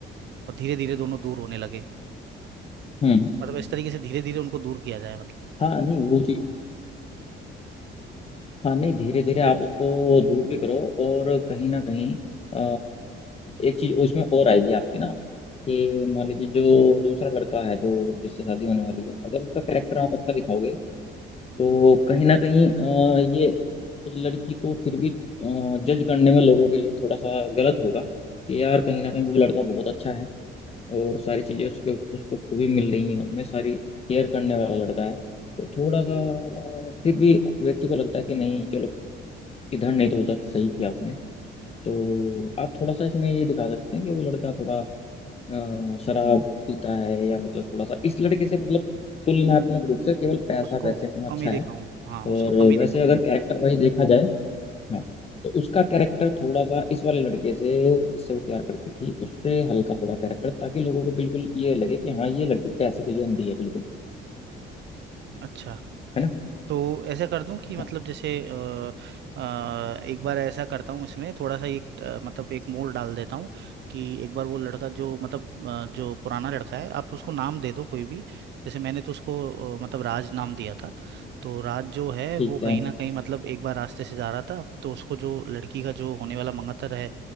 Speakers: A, on the right; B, on the left.
A: और धीरे धीरे दोनों दूर होने लगे
B: हम्म
A: मतलब इस तरीके से धीरे धीरे उनको दूर किया जाए मतलब
B: हाँ नहीं वो चीज हाँ नहीं धीरे धीरे आप उसको दूर भी करो और कहीं ना कहीं अ, एक चीज उसमें और आएगी आपकी ना कि मान लीजिए जो दूसरा लड़का है जो जिससे शादी होने वाली है अगर उसका कैरेक्टर आप अच्छा दिखाओगे तो कहीं ना कहीं अ, ये उस लड़की को फिर भी जज करने में लोगों के लिए थोड़ा सा गलत होगा कि यार कहीं ना कहीं वो लड़का बहुत अच्छा है और सारी चीज़ें उसके उसको खूबी मिल रही हैं उसमें सारी केयर करने वाला लड़का है तो थोड़ा सा अ, फिर भी व्यक्ति को लगता है कि नहीं चलो इधर नहीं तो उधर सही किया उसने तो आप थोड़ा सा इसमें ये दिखा सकते हैं कि वो लड़का थोड़ा अ, शराब पीता है या मतलब थोड़ा सा इस लड़के से मतलब तुलनात्मक रूप से केवल पैसा
A: उसको
B: वैसे में अच्छा
A: कम ही
B: है
A: देखा हूँ हाँ उसको
B: और
A: कम ही देखा
B: वैसे
A: हूँ
B: अगर कैरेक्टर वाइज देखा जाए हाँ तो उसका कैरेक्टर थोड़ा सा इस वाले लड़के से जिससे वो प्यार करती थी उससे हल्का थोड़ा कैरेक्टर ताकि लोगों को बिल्कुल ये लगे कि हाँ ये लड़की पैसे के लिए अंधी है बिल्कुल
A: अच्छा
B: है ना
A: तो ऐसा कर दूं कि मतलब
B: हाँ
A: जैसे अ, अ, एक बार ऐसा करता हूँ इसमें थोड़ा सा एक अ, मतलब एक मोड़ डाल देता हूँ कि एक बार वो लड़का जो मतलब अ, जो पुराना लड़का है आप उसको नाम दे दो कोई भी जैसे मैंने तो उसको अ, मतलब राज नाम दिया था तो राज जो है
B: ठीक
A: वो
B: है
A: कहीं ना कहीं मतलब एक बार रास्ते से जा रहा था तो उसको जो लड़की का जो होने वाला मंगतर है